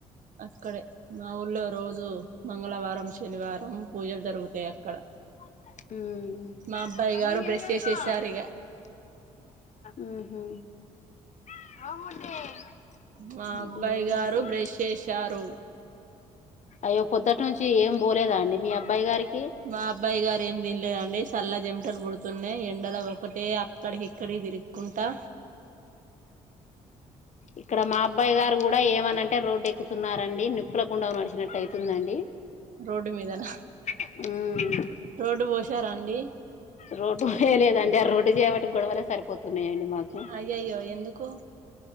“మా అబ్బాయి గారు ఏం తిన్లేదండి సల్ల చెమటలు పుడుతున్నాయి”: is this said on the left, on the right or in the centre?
Right